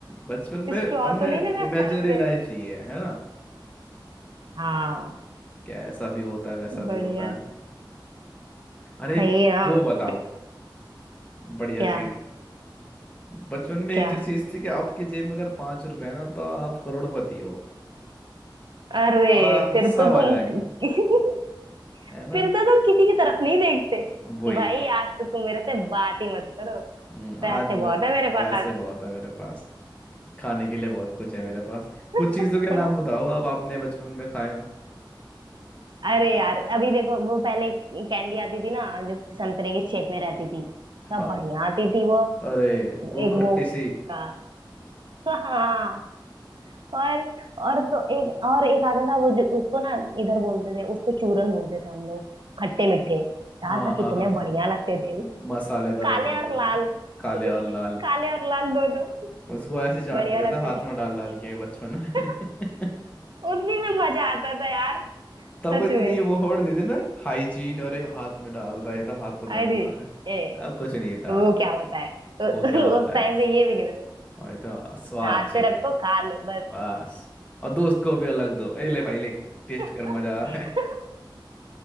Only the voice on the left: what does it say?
बचपन में
हमने
इमेजिनरी
लाइफ जी है है ना
क्या ऐसा भी होता है वैसा भी
होता है
अरे
वो बताओ बढ़िया
चीज बचपन में
एक चीज थी कि आपकी जेब में अगर पांच रुपए है ना तो आप करोड़पति हो
आ,
सब
आ
जाएगा
है ना
वही
हम्म,
आज मैं
पैसे
बहुत है मेरे पास खाने के लिए बहुत कुछ है मेरे पास कुछ
चीजों के नाम बताओ अब आपने बचपन में खाए हो
हाँ
अरे वो
खट्टी
सी
हाँ हाँ
हाँ हाँ
म- मसालेदार
होता था
वो
काले
और लाल
उसको ऐसे चाटते
थे
ना हाथ
में डाल डाल के बचपन
में <laughs>
तब
इतनी
वो होड़ नहीं थी ना हाइजीन अरे हाथ में डाल रहा था हाथ पता
नहीं कहाँ है
अब कुछ नहीं था
वो क्या होता
है
वही तो स्वाद
चाहिए
बस और दोस्त को भी अलग दो ए ले भाई ले टेस्ट
कर मजा आ रहा है